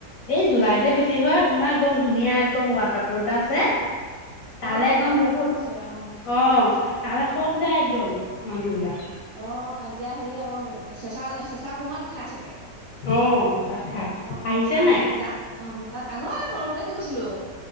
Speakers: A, on the left (about 70°); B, on the right (about 80°).
A: এই জুলাইতহে বেছি হয় আপোনাৰ একদম ধুনীয়া একদম ৱাটাৰ পুল এটা আছে তালে
B: অ
A: একদম
B: ৱাটাৰ
A: বহুত
B: ফল আছে অ
A: অ তালে চব যায় একদম মানুহ বিলাক
B: অ এতিয়া হেৰি আকৌ চেঁচা, চেঁচা পোঙাত খাই চাগে,
A: অ তাত খাই
B: অ',
A: আহিছে
B: তাত,
A: নাই
B: দাত অ', তাত আগতে সৰুতেহে গৈছিলো,